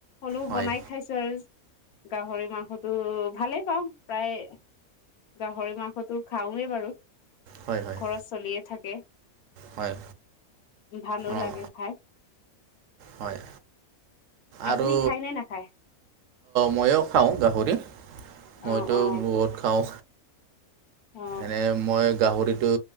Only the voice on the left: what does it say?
হলেও
বনাই খাইছো আৰু। গাহৰি মাংসটো ভালেই পাওঁ প্ৰায় গাহৰি মাংসতো খাওৱেই বাৰু ঘৰত
চলিয়ে থাকে।
ভালো
লাগে খাই।
আপুনি
খায় নে নাখায়
অ অ
অ